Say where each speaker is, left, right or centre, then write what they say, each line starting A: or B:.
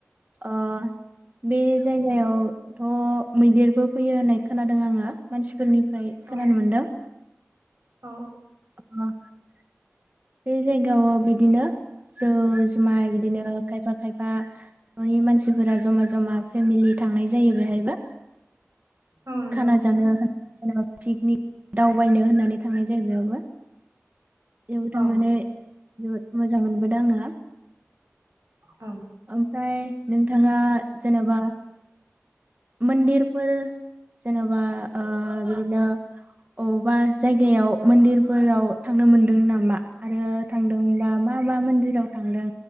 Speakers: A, on the right; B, on the right.
A: ओ बे जायगायावथ मैदेरबो फैयो होननाय खोनादों आङो मानसिफोरनि फ्राय
B: औ
A: खोनानो मोनदों।
B: औ
A: <inaudible> बे जायगायाव बिदिनो जौ जुमाय बिदिनो खायफा खायफा ननि मानसिफोरा जमा जमा फेमिलि थांनाय जायो बेहायबो
B: औ नंगौ
A: खाना
B: नोंथां
A: जानो होन जेनबा पिकनिक दावबायनो होननानै थांनाय जायो बेयावबो । थार
B: औ
A: माने जोबोद मोजां मोनबोदों आङो ।
B: औ
A: ओमफ्राय नोंथाङा जेनोबा मोन्दिरफोर जेनबा ओ बिदिनो अबा जायगायाव मोन्दिरफोराव थांनो मोनदों नामा? आरो थांदोंबा मा मा मोन्दिराव थांदों